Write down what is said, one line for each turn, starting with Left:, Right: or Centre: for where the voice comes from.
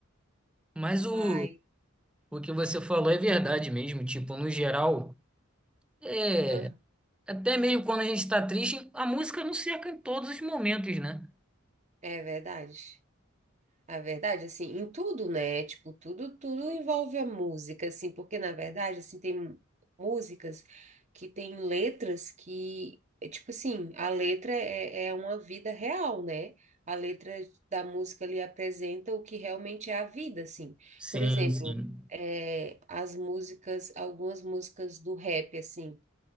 Centre: Mas o,
Right: Mas
Centre: o que você falou é verdade mesmo. Tipo, no geral, é,
Right: aham,
Centre: até mesmo quando a gente está triste, a música nos cerca em todos os momentos, né?
Right: é verdade. A verdade, assim, em tudo, né? Tipo, tudo, tudo envolve a música, assim, porque na verdade, assim, tem músicas que têm letras que, é tipo assim, a letra é, é uma vida real, né? A letra da música ali apresenta o que realmente é a vida, assim.
Centre: Sim,
Right: Por exemplo,
Centre: sim.
Right: é, as músicas, algumas músicas do rap, assim.